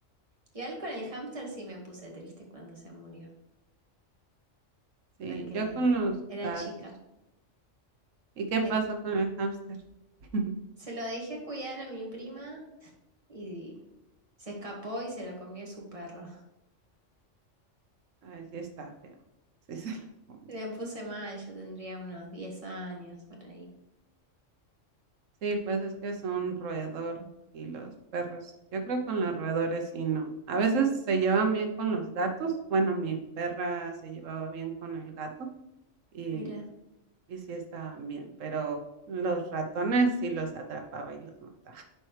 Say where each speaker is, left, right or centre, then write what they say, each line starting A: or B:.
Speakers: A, on the right; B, on the right.
A: igual con el hámster sí me puse triste cuando se murió,
B: Sí,
A: porque
B: yo con los
A: era
B: gatos.
A: chica.
B: ¿Y qué
A: Ten-
B: pasó con el hámster? <laughs>
A: se lo dejé cuidar a mi prima y se escapó y se lo comió su perro.
B: A ver si está feo. Sí, se lo
A: <laughs>
B: come.
A: Me puse mal, yo tendría unos 10 años por ahí.
B: Sí, pues es que es un roedor y los perros. Yo creo que con los roedores sí no. A veces se llevan bien con los gatos. Bueno, mi perra se llevaba bien con el gato y,
A: Mira.
B: y sí estaban bien, pero los ratones sí los atrapaba y los mataba.